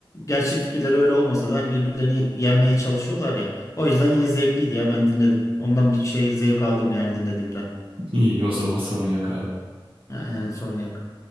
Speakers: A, on the left; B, on the right.
A: gerçek fikirleri öyle olmasa da hani birbirlerini yenmeye çalışıyorlar ya. O yüzden yine zevkliydi ya ben dinledim. Ondan bir şey zevk aldım yani dinlediğimden.
B: İyi o zaman sorun yok abi.
A: Yani sorun yok.